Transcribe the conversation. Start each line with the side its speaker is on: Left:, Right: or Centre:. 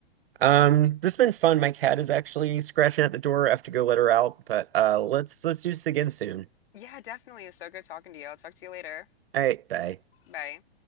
Right: Um, this has been fun. My cat is actually scratching at the door. I have to go let her out, but uh let's let's do this again soon.
Left: Yeah, definitely. It's so good talking to you. I'll talk to you later.
Right: All right, bye.
Left: Bye.